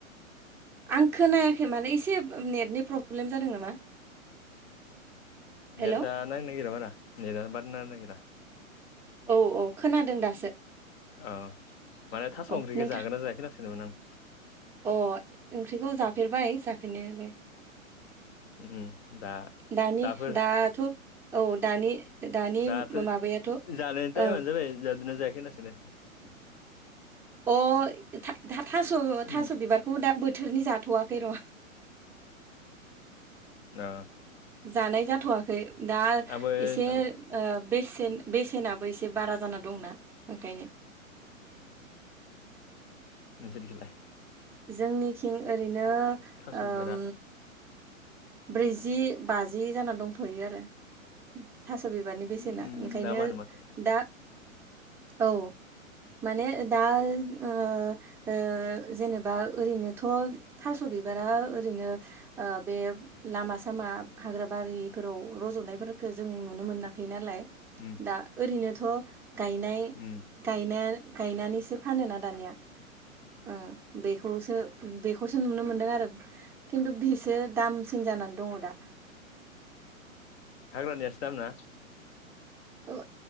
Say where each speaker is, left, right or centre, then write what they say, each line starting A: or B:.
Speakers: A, in the centre; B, on the left (about 50°).
A: आं खोनायाखै माने एसे नेटनि प्रब्लेम जादों नामा? हेलौ
B: नेट आ नांनो नागिरा बारा नेदा बारा नांनो नागिरा
A: औ औ खोनादों दासो
B: अ माने थास
A: औ
B: ओंख्रिखौ
A: नोंथां
B: जागोनना जायाखै होनना सोंदोंमोन आं
A: अ ओंख्रिखौ जाफेरबाय जाफेरनायालाय
B: उम, दा
A: दानि
B: दाफोर
A: दाथ' औ दानि दानि
B: दाथ'
A: माबायाथ'
B: जानायनि टाइमानो
A: ओं
B: जाबाय जादोंना जायाखै होनना सोंदों
A: अ था था
B: उम
A: थास' बिबारखौबो दा बोथोरनि जाथ'वा खै र'
B: ना
A: जानाय जाथ'वाखै दा
B: आंबो
A: एसे
B: जाबाय
A: ओ बेसेन बेसेनाबो एसे एसे बारा जाना दंना ओंखायनो
B: नोंसोलिखाय
A: जोंनिथिं ओरैनो
B: थास'
A: ओम
B: बिबारा
A: ब्रैजि बाजि जाना दंथ'यो आरो थास' बिबारनि
B: उम
A: बेसेना ओंखायनो
B: दामानो माथो
A: दा औ माने दा ओ ओ जेनेबा बा ओरैनोथ' थास' बिबारा ओरैनो ओ बे लामा सामा हाग्रा बारिफोराव रज'नायफोरफोरखौ जों नुनो मोनाखै नालाय
B: उम
A: दा ओरैनोथ' गायनाय
B: उम
A: गायना गायनानैसो फानोना दानिया ओ बेखौसो बेखौसो नुनो मोनदों आरो। खिन्थु बिसो दामसिन जानानै दङ दा।
B: हाग्रा नियासो दाम ना?
A: अ